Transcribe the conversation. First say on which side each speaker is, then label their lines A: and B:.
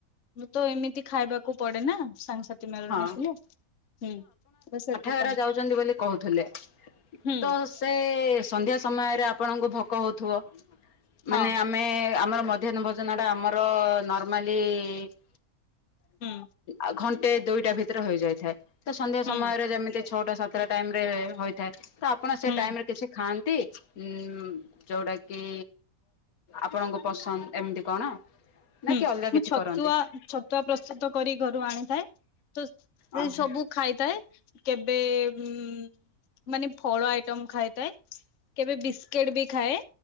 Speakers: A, on the left (about 60°); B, on the left (about 80°).
A: ତ ଏମିତି ଖାଇବାକୁ ପଡେ ନା ସାଙ୍ଗସାଥ୍ ଯେ ମେଳରେ
B: ହଁ।
A: ମିଶିଲେ ହୁଁ ସେ <unintelligible>
B: ଏରା ଯାଉଛନ୍ତି ବୋଲି କହୁଥିଲେ
A: ହୁଁ
B: ତ ମୋତେ-ଏ-ଏ-ଏ -ସନ୍ଧ୍ୟାଏ ସମୟରେ ଆପଣଙ୍କୁ ଭୋକ ହଉଥିବ
A: ହଁ
B: ମାନେ ଆମେ ଆମର ମଧ୍ୟାହ୍ନ ଭୋଜନଟା ଆମର-ଅ-ଅ ନର୍ମାଲି-ଇ-ଇ-ଇ
A: ହୁଁ।
B: ଆଉ ଘଣ୍ଟେ ଦୁଇଟା ଭିତରେ ହେଇଯାଇଥାଏ ତ ସନ୍ଧ୍ୟା
A: ହୁଁ।
B: ସମୟରେ ଯେମିତି ଛଅଟା ସାତଟା ଟାଇମରେ ହୋଇ ଥାଏ ତ ଆପଣ ସେ
A: ହୁଁ
B: ଟାଇମ ରେ କିଛି ଖାଆନ୍ତି? ଉଁ-ଉ-ଉ-ଉ ଯୋଉଟା କି ଆପଣଙ୍କ ପସନ୍ଦ ଏମିତି କଣ? ନା
A: ହୁଁ
B: କି ଅଲଗା
A: ମୁଁ
B: କିଛି
A: ଛତୁଆ
B: କରନ୍ତି
A: ଛତୁଆ ପ୍ରସ୍ତୁତ କରି ଘରୁ ଆଣିଥାଏ ତ ସେ
B: ଓହୋ
A: ସବୁ ଖାଇଥାଏ କେବେ-ଏ-ଏ ଉ-ଉ ମାନେ ଫଳ ଆଇଟମ ଖାଇଥାଏ କେବେ ବିସ୍କୁିଟ ବି ଖାଏ।